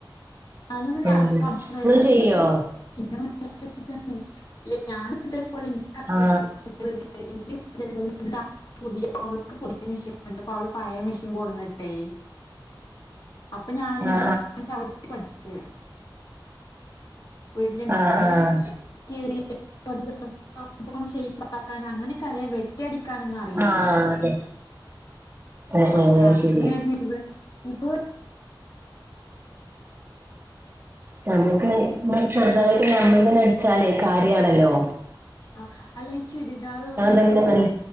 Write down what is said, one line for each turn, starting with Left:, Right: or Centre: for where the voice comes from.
Left: അതന്ന് രാ
Right: ഉം
Left: പുറത്ത്
Right: ഇങ്ങള്
Left: എന്തങ്കിലും
Right: ചെയ്യോ
Left: <unintelligible> <unintelligible> രാവിലത്തെ പോലെ <unintelligible>
Right: ആ
Left: <unintelligible> പുതിയ അവൾക്ക് പുതിയ മെഷീൻ മേടിച്ചപ്പോ അവള് പഴയ മെഷീൻ കൊടുന്നിട്ടെ. അപ്പൊ ഞൻ
Right: ആ
Left: ഇത് ചവിട്ടി പഠിച്ച് വീട്ടില്
Right: ആ ആ
Left: അപ്പേഴാണ്
Right: ആ
Left: കീറിയതും അത് ജെസ്‌റ്റ് ഷൈപ്പ് ആക്കാനും അങ്ങനെയൊക്കെ അറിയാം വെട്ടി അടിക്കനൊന്നും അറിയൂല.
Right: ആഹ് അതെ ആഹ്
Left: ആ അപ്പോ
Right: ആഹ്
Left: ലാക്കിങ്
Right: ശരി
Left: ഒരു മെഷന് ഇ ഇപ്പൊ
Right: ഞമ്മക് <unintelligible> ചെറുതതായിട്ട് നമ്മൾ തന്നെ അടിച്ചാല് കാര്യണല്ലോ?
Left: ആഹ് അല്ല ഈ ചുരിദാർ ഒക്കെ നമ്മൾ
Right: തന്നെ
Left: തോ
Right: നല്ല